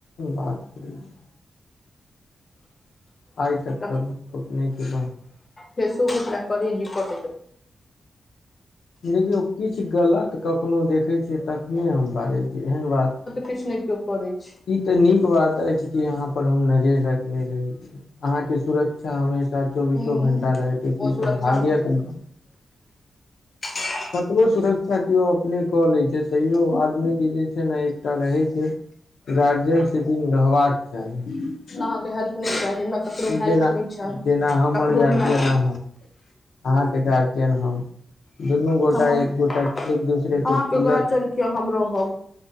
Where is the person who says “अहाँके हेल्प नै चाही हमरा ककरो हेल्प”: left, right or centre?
Left